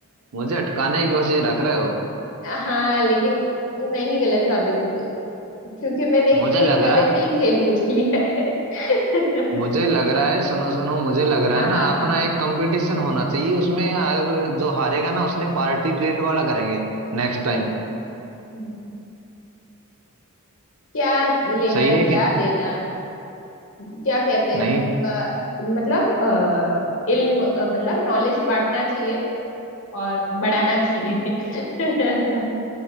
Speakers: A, on the right; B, on the left.
A: मुझे अटकाने की कोशिश रख रहे हो
B: <laughs> हाँ लेकिन मैं ही गलत साबित हो गई क्योंकि मैंने एक
A: मुझे
B: खेल
A: लग
B: वाले
A: रहा है
B: से ही खेल पूछ ली है <laughs>
A: मुझे लग रहा है सुनो सुनो मुझे लग
B: हाँ
A: रहा है ना
B: हाँ हाँ
A: अपना एक कंपटीशन होना चाहिए उसमें यार जो हारेगा ना उसने पार्टी ट्रीट वाला करेंगे नेक्स्ट टाइम
B: हम्म। क्या लेना
A: सही है
B: क्या
A: कि नहीं
B: देना क्या कहते हैं
A: नहीं
B: अ, मतलब अ, इल्म अ, मतलब नॉलेज बांटना चाहिए और बढ़ाना चाहिए <laughs>